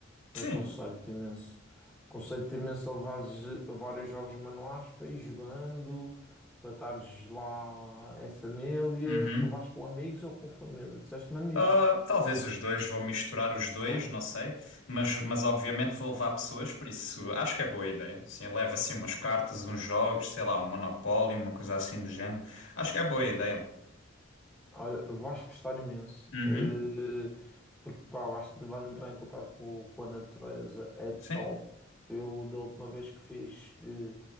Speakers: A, on the left; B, in the centre.
A: Sim.
B: Eu aconselho-te imenso. Aconselho-te imenso a levares eh, vários jogos manuais para ir jogando, para estares lá em família.
A: Uhum.
B: Tu vais com amigos ou com família? Disseste-me amigos,
A: Ah, talvez os dois, vou misturar os dois,
B: certo?
A: não sei, mas, mas obviamente vou levar pessoas, por isso acho que é boa ideia. Sim, leva assim umas cartas, uns jogos, sei lá, um Monopólio, uma coisa assim do género. Acho que é boa ideia.
B: Olha, vais gostar imenso,
A: Uhum.
B: eh, porque pá, vais, vais entrar em contato com, com a natureza, é top.
A: Sim.
B: Eu, da última vez que fiz, eh,